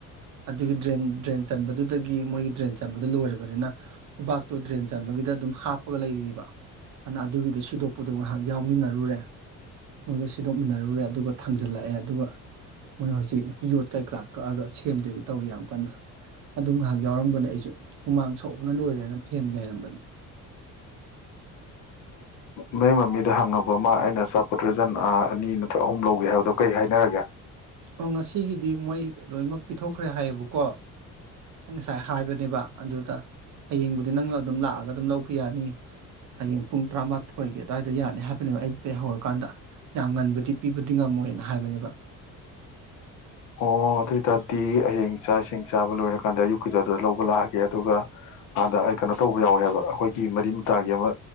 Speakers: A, on the right (about 65°); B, on the left (about 65°).
A: ꯑꯗꯨꯒꯤ ꯗ꯭ꯔꯦꯟ ꯗ꯭ꯔꯦꯟ ꯆꯟꯕꯗꯨꯗꯒꯤ ꯃꯣꯏꯒꯤ ꯗ꯭ꯔꯦꯟ ꯆꯟꯕꯗꯣ ꯂꯣꯏꯦ ꯅꯤꯅ ꯎꯄꯥꯛꯇꯨ ꯗ꯭ꯔꯦꯟ ꯆꯟꯕꯒꯤꯗ ꯑꯗꯨꯝ ꯍꯥꯞꯄꯒ ꯂꯩꯔꯤꯕ ꯑꯗꯨꯅ ꯑꯗꯨꯒꯤꯗꯣ ꯁꯤꯗꯣꯛꯄꯗꯣ ꯉꯥꯏꯍꯥꯛ ꯌꯥꯎꯃꯤꯟꯅꯔꯨꯔꯦ ꯃꯣꯏꯒ ꯁꯤꯗꯣꯛꯃꯤꯟꯅꯔꯨꯔꯦ ꯑꯗꯨꯒ ꯊꯥꯡꯖꯜꯂꯛꯑꯦ ꯑꯗꯨꯒ ꯃꯣꯏ ꯍꯧꯖꯤꯛ ꯌꯣꯠ ꯀꯩꯀꯔꯥ ꯀꯛꯑꯒ ꯁꯦꯝꯗꯣꯏꯒꯤ ꯇꯧꯏꯤ ꯌꯥꯝ ꯀꯟꯅ ꯑꯗꯨ ꯉꯥꯏꯍꯥꯛ ꯌꯥꯎꯔꯝꯕꯅꯦ ꯑꯩꯁꯨ ꯍꯨꯃꯥꯡ ꯁꯧꯕꯅ ꯂꯣꯏꯔꯦꯅ ꯐꯦꯟ ꯌꯥꯏꯔꯝꯕꯅꯤ
B: ꯃꯩ ꯃꯃꯤꯗ ꯍꯪꯉꯕ ꯑꯃ ꯑꯩꯅ ꯑꯆꯥꯄꯣꯠ ꯗ꯭ꯔꯦꯖꯟ ꯑꯅꯤ ꯅꯠꯇ꯭ꯔ ꯑꯍꯨꯝ ꯂꯧꯒꯦ ꯍꯥꯏꯕꯗꯣ ꯀꯩ ꯍꯥꯏꯅꯔꯒꯦ
A: ꯑꯣ ꯉꯁꯤꯒꯤꯗꯤ ꯃꯣꯏ ꯂꯣꯏꯅꯃꯛ ꯄꯤꯊꯣꯛꯈ꯭ꯔꯦ ꯍꯥꯏꯌꯦꯕꯀꯣ ꯑꯩ ꯉꯁꯥꯏ ꯍꯥꯏꯕꯅꯦꯕ ꯑꯗꯨꯗ ꯍꯌꯦꯡꯕꯨꯗꯤ ꯅꯪꯅ ꯑꯗꯨꯝ ꯂꯥꯛꯑꯒ ꯑꯗꯨꯝ ꯂꯧꯕ ꯌꯥꯅꯤ ꯍꯌꯦꯡ ꯄꯨꯡ ꯇꯔꯥꯃꯥꯊꯣꯏꯒꯤ ꯑꯗꯨ꯭ꯋꯥꯏꯗ ꯌꯥꯅꯤ ꯍꯥꯏꯕꯅꯦꯕ ꯑꯌꯨꯛꯇ ꯍꯧꯔꯀꯥꯟꯗ ꯌꯥꯝ ꯉꯟꯕꯗꯤ ꯄꯤꯕꯗꯤ ꯉꯝꯃꯣꯏꯅ ꯍꯥꯏꯕꯅꯦꯕ
B: ꯑꯣ ꯑꯗꯨ ꯑꯣꯏꯇꯥꯔꯗꯤ ꯍꯌꯦꯡ ꯏ ꯆꯥꯛ ꯏꯁꯤꯡ ꯆꯥꯕ ꯂꯣꯏꯔꯀꯥꯟꯗ ꯑꯌꯨꯛꯀꯤꯗ ꯑꯗꯨꯗ ꯂꯧꯕ ꯂꯥꯛꯑꯒꯦ ꯑꯗꯨꯒ ꯑꯗ ꯑꯩꯀꯅ ꯇꯧꯕ ꯌꯥꯎꯋꯦ ꯍꯥꯏꯕ ꯑꯩꯈꯣꯏꯒꯤ ꯃꯔꯤ ꯃꯇꯥꯒꯤ ꯑꯃ